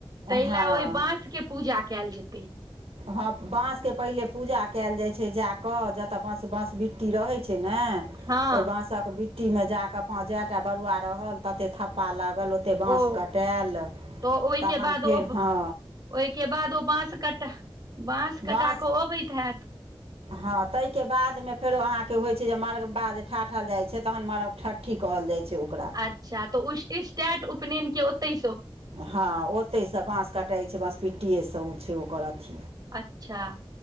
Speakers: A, on the right (about 40°); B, on the right (about 80°).
A: ताहि
B: हँ
A: ले ओहि बास के पूजा कयल जेतै
B: हँ बाँसके पहिले पूजा कयल जाइछै जाय जतय बंस बंस बिट्टी रहै छै ने
A: हँ
B: त बास के बिट्टी मे जाके प जेटा बरुआ रहल तते थप्पा लागल बलु ओते बाँस
A: ओ
B: कटायल
A: तऽ ओहिके
B: तखन
A: बाद
B: फेर
A: ओ ओहिके
B: हँ
A: बाद ओ बाँस कटा बाँंस कटा
B: बाँस
A: क अबैत हेत
B: हँ तैके बादमे फेरो अहाँके होइ जे मर्ग बा जे ठाठल जाइ छै तहन मरग ठ्ठी कहल जाइ छै ओकरा
A: अच्छा तऽ उस्टीस्टैत उपनयन के ओतै
B: हँ ओतई से बाँस कटैइ छै बाँस बीट्टिए से उ छै ओकर अथी
A: अच्छा